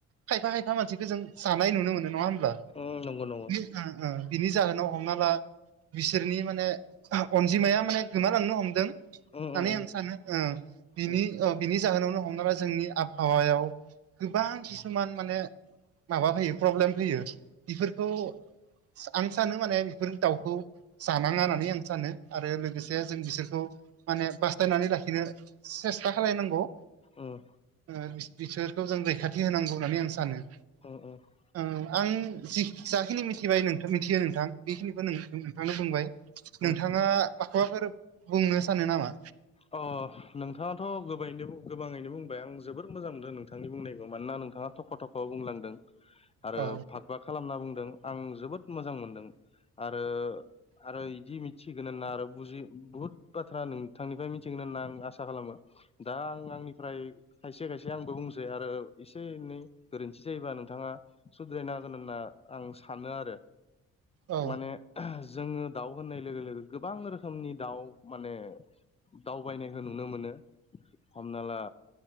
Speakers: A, on the right (about 50°); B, on the left (about 20°).
A: खायफा खायफा मानसिखौ जों जानाय नुनो मोनो नङा ओमबा?
B: औ नंगौ नंगौ।
A: ओं ओ बिनि जाहोनाव हमना ला बिसोरनि माने अनजिमाया माने गोमालांनो हमदों।
B: उम,
A: होननानै
B: उम,
A: आं सानो ओ बिनि
B: उम,
A: ओ बिनि जाहोनावनो हमना जोंनि आबहावायाव गोबां किसुमान माने माबा फैयो प्रब्लेम फैयो बिफोरखौ आं सानो माने बेफोर दाउखौ जानाङा होननानै आं सानो आरो लोगोसे जों बिसोरखौ माने बास्तायनानै लाखिनो सेस्था खालायनांगौ।
B: उम, उम,
A: ओ बिस बिसोरखौ जों रैखाथि होनांगौ होननानै आं सानो।
B: <unintelligible>
A: ओं आं जि जाखिनि मिथिबाय नोंथां मिथियो नोंथां बेखिनिखौ नोंथांनो बुंबाय। नोंथाङा
B: उम.
A: माखौबाफोर बुंनो सानो नामा?
B: अ नोंथाङाथ' गोबायैनो बु गोबाङैनो बुंबाय आं जोबोर मोजां मोनदों नोंथांनि बुंनायखौ मानोना नोंथाङा थफ' थफ औ बुंलांदों आरो
A: औ
B: फागबा खालामना बुंदों आं जोबोद मोजां मोनदों। आरो आरो इदि मिथिगोन होनना आरो बुजि बुहुत बाथ्रा नोंथांनिफ्राय मिथ थिगोन होनना आं आसा खालामो दा आं आंनिफ्राय खायसे खायसे आंबो बुंसै आरो एसे एनै गोरोन्थि जायोबा नोंथाङा सुद्रायना हांगोन होनना आं सानो आरो
A: औ
B: माने जोङो दाउ होननाय लोगो लोगो गोबां रोखोमनि दाउ माने दावबायनायखौ नुनो मोनो हमना ला